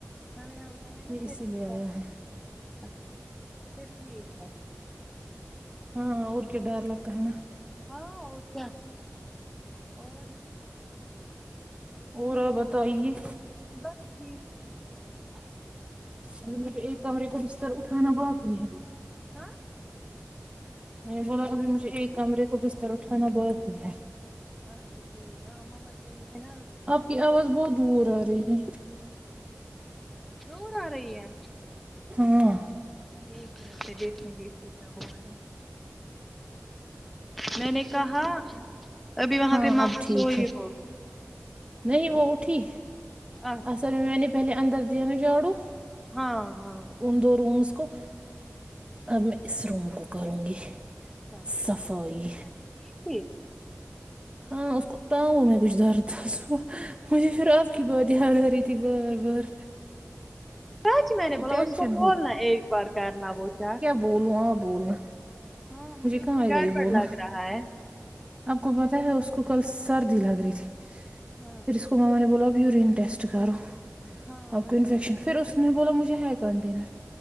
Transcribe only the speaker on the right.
یہ اسی
لیے آیا ہے
ہاں اور کیا ڈر لگتا ہے نا
اور آپ بتائیے
ا مطلب ایک کمرے کو بستر اٹھانا باقی ہے
میں بولا ابھی مجھے ایک کمرے کو بستر اٹھانا بہت باقی ہے
یہ آواز بہت دور آ رہی ہے
ہاں
ہاں
اب ٹھیک
ہے
نہیں وہ اٹھی
اصل میں میں نے پہلے اندر دیا نا جھاڑو
ان دو رومس کو اب میں اس روم کو کروں گی
صفائی
ہاں اس کوٹاؤ میں کچھ ڈر تھا صبح مجھے پھر آپ کی بات یاد آرہی تھی بار بار
کہ
ٹینشن
بولو ہاں بولنا
کہاں
آئے
گا یہ بولنا
آپ کو پتہ ہے اس کو کل سردی لگ رہی تھی
پھر اس کو ماما نے بولا اب یورین ٹیٹسٹ کرو
آب
کو انفیکشن پھر اس اس نے بولا مجھے ہے کنٹینر